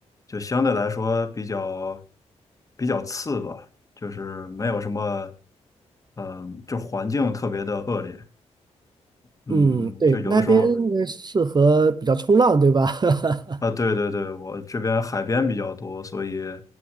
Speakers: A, on the left; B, on the right.
A: 就相对来说比较比较次吧，就是没有什么，嗯、就环境特别的恶劣，嗯，
B: 嗯，对，
A: 就有的时候
B: 那边应该适合比较冲浪，对吧？<laughs>
A: 啊，对对对，我这边海边比较多，所以